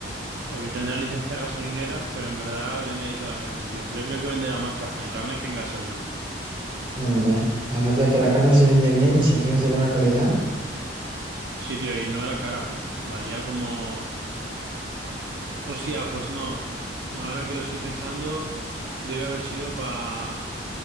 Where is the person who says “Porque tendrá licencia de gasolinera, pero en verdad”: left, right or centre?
Right